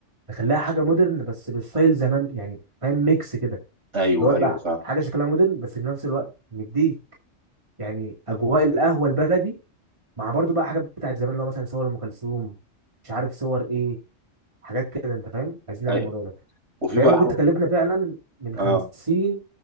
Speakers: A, on the right; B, on the right.
A: نخليها حاجه مودرن بس بالستايل زمان يعني فاهم ميكس كده
B: أيوه
A: اللي هو
B: أيوه
A: بقى
B: فاهم
A: حاجه شكلها مودرن بس في نفس الوقت مديك يعني اجواء القهوه البلدي مع برضه بقى حاجات بتاعت زمان اللي هو مثلا صور ام كلثوم مش عارف صور ايه حاجات كده انت فاهم عايزين
B: أيوه
A: نعمل الموضوع ده
B: وفي
A: فهي
B: بقى
A: ممكن
B: حو...
A: تكلفنا فعلا من 50
B: آه